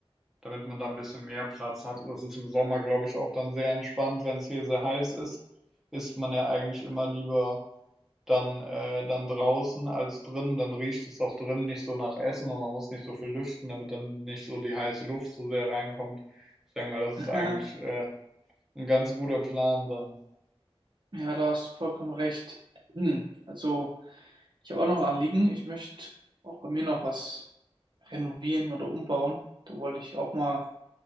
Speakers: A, in the centre; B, on the right (about 50°).
A: damit man da ein bisschen mehr Platz hat. Das ist im Sommer, glaube ich, auch dann sehr entspannt, wenn es hier sehr heiß ist, ist man ja eigentlich immer lieber dann, äh dann draußen als drin Dann riecht es auch drin nicht so nach Essen und man muss nicht so viel lüften, damit dann nicht so die heiße Luft so sehr reinkommt. Ich denke mal, das
B: <laughs>
A: ist eigentlich, äh, 'n ganz guter Plan dann.
B: Ja, da hast du vollkommen recht. Hm, Also, ich habe auch noch ein Anliegen. Ich möchte auch bei mir noch was renovieren oder umbauen. Da wollte ich auch mal